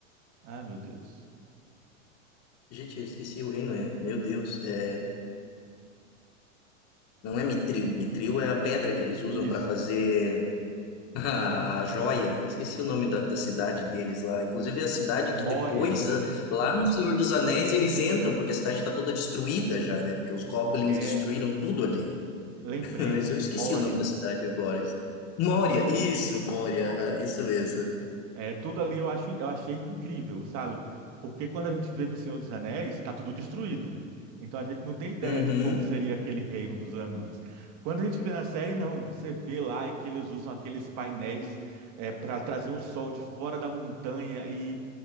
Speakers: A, on the right (about 45°); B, on the left (about 40°).
A: Ah, meu Deus.
B: Gente, eu esqueci o reino, é. Meu Deus, é, não é Mithril. Mithril é a pedra que eles usam
A: Isso,
B: para fazer <laughs> a joia. Eu esqueci o nome da, da cidade deles lá. Inclusive é a cidade
A: Moria.
B: que depois, ah, lá no Senhor dos Anéis, eles entram, porque a cidade está toda destruída já, né? Porque os goblins
A: É,
B: destruíram tudo ali.
A: lembrei,
B: <laughs> Mas eu esqueci
A: Moria.
B: o nome da cidade agora. Moria,
A: É,
B: isso, Moria,
A: Moria.
B: aham, isso mesmo.
A: É, tudo ali eu acho, eu achei incrível, sabe? Porque quando a gente vê no Senhor dos Anéis, está tudo destruído. Então a gente não tem ideia
B: Uhum,
A: de como seria aquele reino dos anões. Quando a gente vê na série, não. Você vê lá é que eles usam aqueles painéis para trazer o sol de fora da montanha e